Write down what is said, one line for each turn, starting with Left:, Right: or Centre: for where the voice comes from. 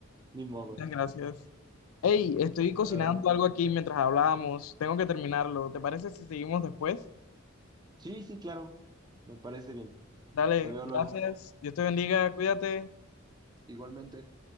Right: Ni modo.
Left: Muchas Gracias. Hey, estoy cocinando
Right: Pero
Left: algo aquí mientras hablábamos. Tengo que terminarlo. ¿Te parece si seguimos después?
Right: sí, sí, claro. Me parece bien.
Left: Dale,
Right: Te veo
Left: gracias.
Right: luego.
Left: Dios te bendiga, cuídate.
Right: Igualmente.